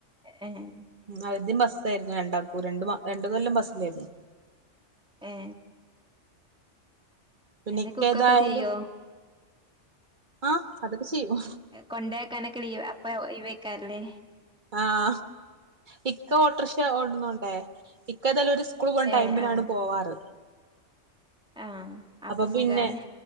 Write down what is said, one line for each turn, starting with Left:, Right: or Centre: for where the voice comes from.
Centre: ഏയ് ഏയ്
Right: ഉം ആദ്യം ബസ്സായിരുന്നു രണ്ടാക്കൂ രണ്ട് രണ്ടു കൊല്ലം ബസ്സിലായിരുന്നു
Centre: ഏ
Right: പിന്നെ
Centre: എന്തേ
Right: ഇക്ക
Centre: കുക്കൊക്കെ
Right: ഏതായാലും
Centre: ചെയ്യോ
Right: ആഹ് അതൊക്കെ ചെയ്യും
Centre: കൊണ്ടോ കാനക്കോ ലീവ് അപ്പ ഒഴിവെക്കാരലേ
Right: ആഹ് ഇക്ക ഓട്ടോറിക്ഷ ഓടുന്നുണ്ടേ ഇക്ക ഇതല്ല ഒരു സ്കൂൾ പോണ
Centre: ഏ
Right: ടൈമിലാണ്
Centre: ആഹ്
Right: പോവാറ്
Centre: ആഹ്
Right: അപ്പൊ പിന്നെ
Centre: സുഖാണ്